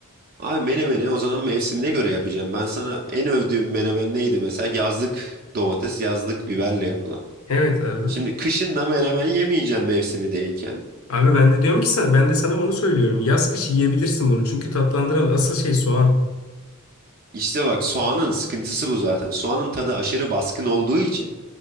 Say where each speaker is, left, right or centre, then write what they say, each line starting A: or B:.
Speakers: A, on the right; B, on the left.
A: abi menemeni o zaman mevsimine göre yapacağım. Ben sana en övdüğüm menemen neydi mesela? Yazlık domates, yazlık biberle yapılan.
B: Evet abi.
A: Şimdi kışın da menemen yemeyeceğim mevsimi değilken.
B: Abi ben de diyorum ki sana ben de sana onu söylüyorum. Yaz kış yiyebilirsin bunu. Çünkü tatlandıran asıl şey soğan.
A: İşte bak soğanın sıkıntısı bu zaten. Soğanın tadı aşırı baskın olduğu için